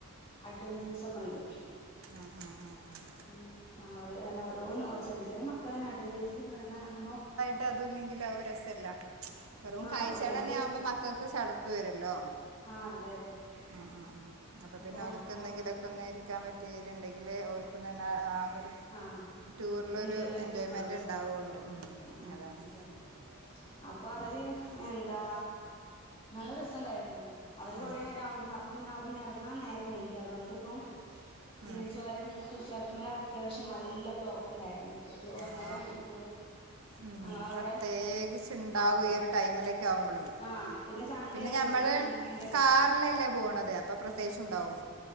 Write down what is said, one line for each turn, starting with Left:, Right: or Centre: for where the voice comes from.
Left: അഡ്വെഞ്ചേഴസ് ഒക്കെ ഉണ്ട്.
Right: ആഹ് ഹ ഹ ആഹ്.
Left: ഉം അ ഇങ്ങനെ ഓരോന്നും ചെറിയ ചെറിയ മക്കളന്നെ അഡ്വഞ്ചേർസിൽ കേറണ കാണുമ്പോ
Right: ട്ട് അതു ഇല്ലെങ്കില് ആ ഒരു രസല്ല. വെറും
Left: ആ
Right: കാഴ്ചകൾ
Left: വല്യോര്
Right: അന്നെ ആവുമ്പോ മക്കക്ക് ചടപ്പ് വരുല്ലോ
Left: ആഹ് അതെ അതെ
Right: ഉം ഉം ഉം. അപ്പോ
Left: അപ്പൊ
Right: പിന്നെ ഓൽക്ക് എന്തെങ്കിലും
Left: അവർക്ക്
Right: ഒക്കെ ഒന്ന് ഇരിക്കാൻ പറ്റീറ്റിണ്ടെങ്കില് ഓൽക്കുന്ന ന്നെ ആ ഒരു
Left: ആഹ്
Right: ടൂറിലൊരു
Left: എൻജോയ്മെന്റ് കിട്ടുള്ളൂ
Right: ഉണ്ടാവുള്ളൂ ഉം
Left: ആഹ്
Right: അതാണ്
Left: അതെ. അപ്പൊ അവര് എന്താ നല്ല രസ ഇണ്ടായിരുന്നു. അവര് കൊറേ
Right: ഉം
Left: നേരം അവിടെന്ന് അപ്പം പിന്നെ അവിടുന്ന് എറങ്ങാൻ നേരം വൈകി അതുകൊണ്ടിപ്പം പിന്നെ
Right: ഉം
Left: ചൊരൻ തുസരത്തുമ്മൽ അത്യാവശ്യം നല്ല ബ്ലോക്ക് ഇണ്ടായിരുന്നു ഒരു ഒന്നര
Right: ആ
Left: മണിക്കൂർ
Right: ഉം
Left: ഞങ്ങളവിടെ
Right: പ്രത്യേകിച്ച് ഇണ്ടാവും
Left: ബ്ലോക്കായി
Right: ഈ ഒരു ടൈമിലേക്ക് ആവുമ്പോളെ.
Left: ആഹ് സൺഡേ
Right: പിന്നെ
Left: ആയിരുന്നു
Right: ഞമ്മള്
Left: വീക്കെൻഡ് അല്ലേ
Right: കാറിലല്ലേ പോണത് അ അപ്പൊ പ്രത്യേകിച്ച
Left: ഉം
Right: ഉണ്ടാവും